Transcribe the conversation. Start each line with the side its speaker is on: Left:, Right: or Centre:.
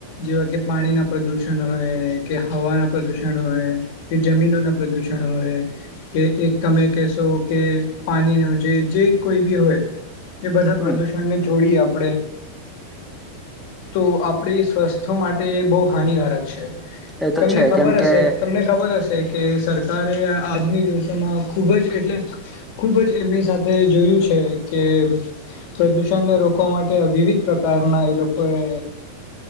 Left: જેવા કે પાણીના પ્રદૂષણ હોય કે હવાના પ્રદૂષણ હોય કે જમીનોના પ્રદૂષણ હોય કે એક તમે કહેશો કે પાણીનું જે જે કોઈ બી હોય એ બધા
Centre: હમ
Left: પ્રદૂષણ ને જોડી આપ તો આપડી સ્વસ્થ્ય માટે એ બહુ હાનિકારક છે
Centre: એ તો
Left: તમને
Centre: છે
Left: ખબર
Centre: કેમ કે
Left: હશે તમને ખબર હશે કે સરકારે આજના દિવસોમાં ખુબ જ એટલે ખુબ જ એમની સાથે જોયું છે કે પ્રદુષણને રોકવા માટે વિવિધ પ્રકારના એ લોકો એ